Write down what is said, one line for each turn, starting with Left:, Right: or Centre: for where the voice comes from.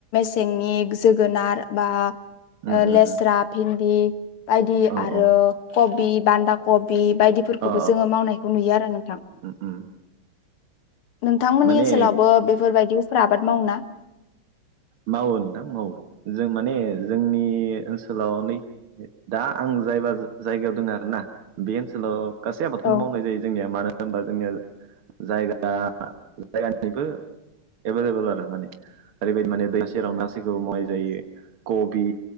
Left: जेंनिक जोगोनार बा
Right: उम उम
Left: लेस्रा
Right: उम
Left: भिन्दि बायदि
Right: औ
Left: आरो
Right: औ
Left: कबि बान्दा कबि बे बायदिफोरखौबो
Right: अ
Left: जोङो मावनायखौ नुयो आरो नोंथां
Right: उम उम
Left: नोंथांमोननि
Right: माने
Left: ओनसोलावबो बेफोरबायदिफोर आबाद मावो ना
Right: मावो नोंथां मावो जों माने जोंनि ओनसोलाव नै दा आं जायबा जायगायाव दङ आरो ना बे ओनसोलाव गासै आबादखौनो
Left: औ
Right: मावनाय जायो जोंनिया मानो होनबा जोंनिया जायगा जायगानिबो एभेलेबल आरो माने ओरैबायदि माने सेराव गासैखौबो मावनाय जायो कबि